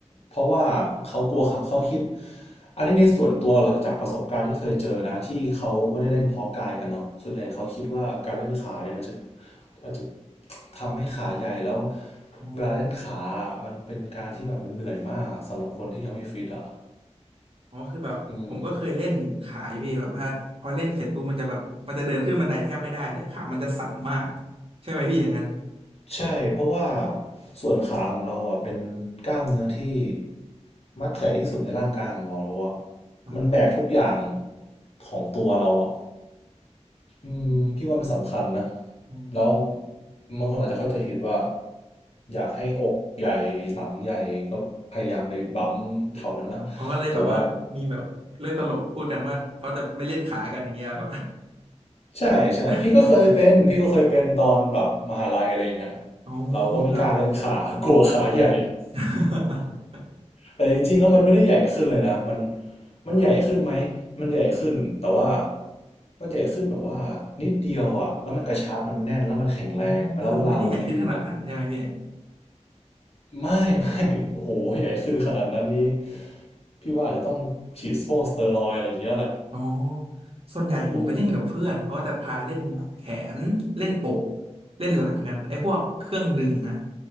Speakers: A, on the left (about 60°); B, on the right (about 50°).
A: เพราะว่าเขากลัวเขาเขาคิดอันนี้ในส่วนตัวเราจากประสบการณ์ที่เคยเจอนะที่เขาไม่ได้เล่นเพาะกายกันเนาะส่วนใหญ่เขาคิดว่าการเล่นขาเนี่ยมันจะอาจจะทำให้ขาใหญ่แล้ว
B: อ๋อ
A: เวลาเล่นขาอะมันเป็นการที่แบบมันเหนื่อยมากอะสำหรับคนที่ยังไม่ฟิตอะ
B: อ๋อคือแบบผมก็เคยเล่นขาอยู่พี่แบบว่าพอเล่นเสร็จปุ๊บมันจะแบบมันจะเดินขึ้นบันไดแทบไม่ได้เลยขามันจะสั่นมาก
A: อืม
B: ใช่ไหมพี่อย่างนั้น
A: ใช่เพราะว่าส่วนขาของเราอ่ะเป็นกล้ามเนื้อที่มัดใหญ่ที่สุดในร่างกายของเราแล้วอ่ะ
B: อ๋อ
A: มันแบกทุกอย่างของตัวเราอ่ะอืมพี่ว่ามันสำคัญนะ
B: อ๋อ
A: แล้วบางคนอาจจะเข้าใจผิดว่าอยากให้อกใหญ่หลังใหญ่ก็พยายามไปบั๊มเท่านั้นอะแต่ว่า
B: อ๋อเขาก็เลยแบบว่ามีแบบเรื่องตลกพูดกันว่าเขาจะไม่เล่นขากันอย่างเงี้ยครับ
A: ใช่ใช่พี่ก็เคยเป็นพี่ก็เคยเป็นตอนแบบมหาลัยอะไรเงี้ย
B: <laughs> เออ <laughs> อ๋อ
A: เราก็ไม่กล้าเล่นขา
B: ครับ
A: <laughs> กลัวขาใหญ่
B: <laughs>
A: แต่จริงๆแล้วมันไม่ได้ใหญ่ขึ้นเลยนะมันมันใหญ่ขึ้นไหมมันใหญ่ขึ้นแต่ว่ามันใหญ่ขึ้นแบบว่านิดเดียวอ่ะแล้วมันกระชับมันแน่นแล้วมันแข็งแรงแล้วเวลาเรายืนอ่ะ
B: อ๋อคือไม่ได้ใหญ่ขึ้นขนาดนั้นใช่ไหมพี่
A: ไม่ไม่โอ้โหใหญ่ขึ้นขนาดนั้นนี้พี่ว่าอาจจะต้องฉีดพวกสเตียรอยด์อะไรอย่างเงี้ยแหละ
B: อ๋อส่วนใหญ่ผมไปเล่นกับเพื่อนเขาก็จะพาเล่นแขนเล่นอก
A: อืม
B: เล่นหลังกันไอ้พวกเครื่องดึงนะ